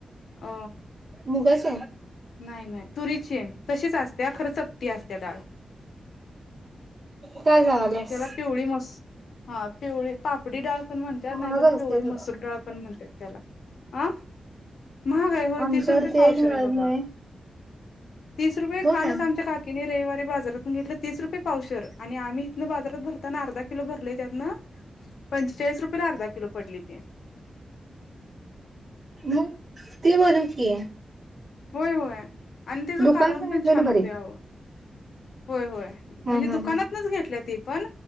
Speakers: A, on the left; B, on the right.
A: अ...
B: मुगाच.
A: नाही नाही तुरीची आहे तशीच असते्या खरं चपटी असते्या डाळ.
B: काय सांगाल्यास?
A: त्याला पिवळी मस्त हा पिवळी. पापडी डाळ पण म्हणतात,
B: महाग
A: नाहीतर
B: असत्यात
A: पिवळी मसूर डाळ पण म्हणतात त्याला ह महागाय होय
B: आमच्याकडे
A: तीस रुपये
B: ते
A: पावशर
B: एक मिळत
A: आहे बघा.
B: नाही.
A: तीस रुपये
B: होय.
A: कालच आमच्या काकीने रविवारी बाजारातून घेतलं तीस रुपये पावशर आणि आम्ही बाजारात भरताना अर्धा किलो भरले त्यातनं पंचेचाळीस रुपयेला अर्धा किलो पडल ते,
B: मग ते बर कि,
A: होय होय आणि त्याचं
B: दुकानातन
A: कालवण पण
B: घेतलेली
A: छान होते
B: बरी.
A: आवं. होय होय म्हणजे
B: हम्म
A: दुकानातनच
B: हम्म
A: घेतल्या ती पण